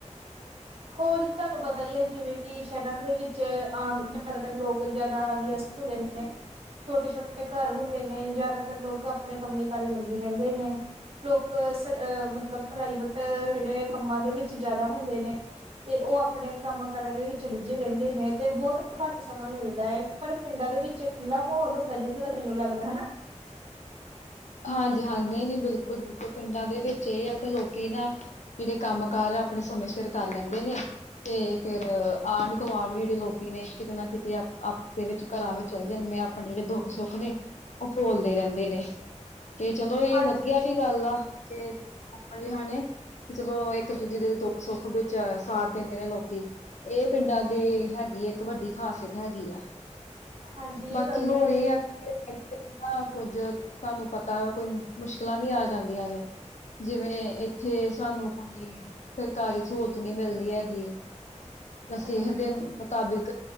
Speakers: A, on the right; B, on the left.
A: ਹੋਰ ਕੀ ਤੁਹਾਨੂੰ ਪਤਾ ਹੀ ਹੈ ਜਿਵੇਂ ਕਿ ਸ਼ਹਿਰਾਂ ਦੇ ਵਿੱਚ ਆਮ ਜ਼ਿਆਦਾਤਰ ਲੋਕ ਜਿਆਦਾ ਨ <unintelligible> ਛੋਟੇ- ਛੋਟੇ ਘਰ ਹੁੰਦੇ ਨੇ ਜਿਆਦਾਤਰ ਲੋਕ ਆਪਣੇ ਕੰਮੀ ਕਾਰੀ ਲੱਗੀ ਰਹਿੰਦੇ ਨੇ, ਲੋਕ ਮਤਲਬ ਪ੍ਰਾਈਵੇਟ ਜਿਹੜੇ ਕੰਮਾਂ ਦੇ ਵਿੱਚ ਜਿਆਦਾ ਹੁੰਦੇ ਨੇ ਤੇ ਔਹ ਆਪਣੇ ਕੰਮ ਕਾਰਾਂ ਦੇ ਵਿੱਚ ਰੁੱਝੇ ਰਹਿੰਦੇ ਨੇ ਤੇ ਬਹੁਤ ਘੱਟ ਸਮਾਂ ਮਿਲਦਾ ਹੈ। ਪਰ ਇਹ ਪਿੰਡਾਂ ਦੇ ਵਿੱਚ ਇੱਕ ਖੁੱਲ੍ਹਾ ਮਾਹੌਲ ਹੁੰਦਾ ਜਿੱਥੋਂ ਤੱਕ ਮੈਨੂੰ ਲੱਗਦਾ ਹਨਾ।
B: ਹਾਂਜੀ ਹਾਂ ਨਹੀਂ ਨਹੀਂ ਬਿਲਕੁਲ ਬਿਲਕੁਲ ਪਿੰਡਾਂ ਦੇ ਵਿੱਚ ਇਹ ਹੈ ਇੱਕ ਲੋਕੀ ਨਾ ਜਿਹੜੇ ਕੰਮ ਕਾਰ ਆਪਣੇ ਸਮੇਂ ਸਿਰ ਕਰ ਲੈਂਦੇ ਨੇ ਤੇ ਫੇਰ ਆਂਢ ਗੁਆਂਢ ਵੀ ਜਿਹੜੇ ਲੋਕੀ ਨੇ ਕਿਤੇ ਨਾ ਕਿਤੇ ਤੇ ਆਪਸ ਦੇ ਵਿੱਚ ਘਰਾਂ ਵਿੱਚ ਚਲੇ ਜਾਂਦੇ ਨੇ। ਆਪਣੇ ਜਿਹੜੇ ਦੁੱਖ ਸੁੱਖ ਨੇ ਉਹ ਫੋਲਦੇ ਰਹਿੰਦੇ ਨੇ। ਤੇ ਚਲੋ ਇਹ
A: ਹਾਂਜੀ
B: ਵਧੀਆ ਵੀ ਗੱਲ ਆ। ਤੇ ਆਪ ਜਿਹਾ ਨੇ ਕਿ ਚਲੋ। ਇੱਕ ਦੂਜੇ ਦੇ ਦੁੱਖ- ਸੁੱਖ ਵਿੱਚ ਸਾਥ ਦਿੰਦੇ ਨੇ ਲੋਕੀ। ਇਹ ਪਿੰਡਾਂ ਦੇ ਹੈਗੀ ਆ। ਇੱਕ ਵੱਡੀ ਖ਼ਾਸੀਅਤ ਹੈਗੀ ਆ।
A: ਹਾਂਜੀ
B: ਬਾਕੀ
A: ਇਹ ਗੱਲ
B: ਹੋਰ
A: ਤਾਂ ਹੈ
B: ਇਹ ਆ ਕਿ ਏਨਾ ਕੁੱਝ ਤੁਹਾਨੂੰ ਪਤਾ ਵਾਂ। ਕੋਈ ਮੁਸ਼ਕਿਲਾਂ ਵੀ ਆ ਜਾਂਦੀਆਂ ਨੇ। ਜਿਵੇਂ ਇੱਥੇ ਸਾਨੂੰ। ਸਰਕਾਰੀ ਸਹੂਲਤ ਨਹੀਂ ਮਿਲਦੀ ਹੈਗੀ। ਨਸਿਹਤ
A: ਹਮ
B: ਦੇ ਮੁਤਾਬਿਕ